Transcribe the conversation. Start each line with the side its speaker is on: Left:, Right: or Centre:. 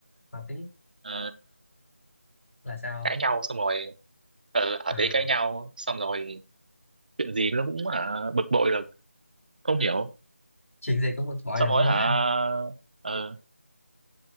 Left: mà tiếp
Right: ờ,
Left: là sao
Right: cãi nhau xong rồi ừ, hả
Left: à,
Right: tí cãi nhau xong rồi chuyện gì nó cũng hả bực bội là không hiểu
Left: chuyện gì cũng bực bội
Right: xong
Left: được
Right: rồi
Left: luôn
Right: hả
Left: á
Right: ờ,